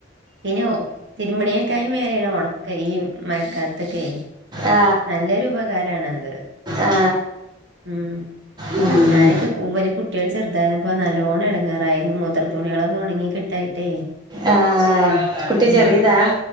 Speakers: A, on the right; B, on the right.
A: പിന്നെ തിരുംമണിയൊക്ക ആയി മേലെയാണ് ഒണക്കയ് ഈ മയക്കാലത്തൊക്കെ.
B: ആ
A: നല്ലൊരു ഉപകാരണ അത്
B: ആ
A: ഉം
B: ഉം.
A: ഞാനൊക്കെ കൂബലി കുട്ടീള് ചെറുതായിരുന്നപ്പോ നല്ലോണം ഇടങ്ങാറായിരുന്നു മൂത്ര തുണീളൊന്നും ഉണങ്ങി കിട്ടായിട്ടേയ്.
B: ആ കുട്ടി
A: ഉം
B: ചെറിയതാ